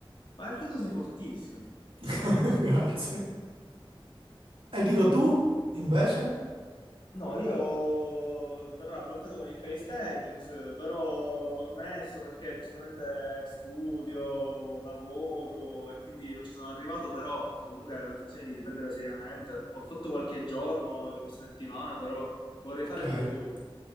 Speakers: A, on the left; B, on the right.
A: ma perché tu sei fortissimo?
B: <laughs> Grazie. E dico tu, invece?
A: No, io però l'ho bloccato con il calisthenics, però ho smesso perché giustamente studio, lavoro e quindi non ci sono arrivato, però comunque ho intenzione di riprendere seriamente. Ho fatto qualche giorno in questa settimana, però vorrei
B: Ok,
A: fare di più.